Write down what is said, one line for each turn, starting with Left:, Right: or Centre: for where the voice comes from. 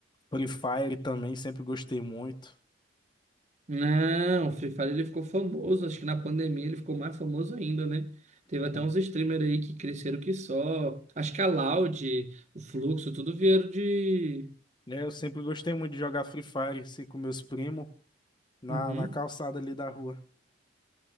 Left: Free Fire também, sempre gostei muito.
Right: Não, o Free Fire ele ficou famoso, acho que na pandemia ele ficou mais famoso ainda, né? Teve até
Left: né?
Right: uns streamers aí que cresceram que só. Acho que a Loud, o Fluxo, tudo vieram de.
Left: Eu sempre gostei muito de jogar Free Fire assim, com meus primos na,
Right: Uhum.
Left: na calçada ali da rua.